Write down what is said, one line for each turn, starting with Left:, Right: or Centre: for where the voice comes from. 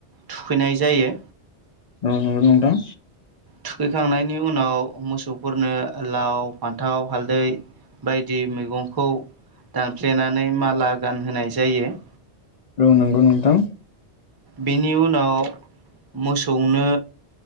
Right: थुखैनाय जायो।
Left: औ नंगौ नोंथां।
Right: थुखैखांनायनि उनाव मोसौफोरनो लाव, फान्थाव, हालदै बायदि मैगंखौ दानफ्लेनानै माला गानहोनाय जायो।
Left: औ नगौ नोंथां।
Right: बेनि उनाव मोसौनो